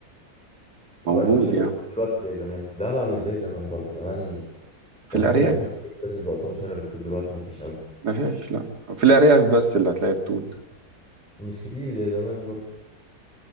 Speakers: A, on the right (about 85°); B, in the centre.
A: موجود
B: ما بقاش في شجره
A: يعني
B: توت دلوقتي زي زمان لا لا مش زي زمان برضه زمان
A: في
B: تحس
A: الارياف
B: كان كل واحد لازم يبقى قدامه شجرة توت دلوقتي مفيش قوي
A: ما فيش لا في الارياف بس اللي هتلاقي التوت ده
B: مش كتير زي زمان برضه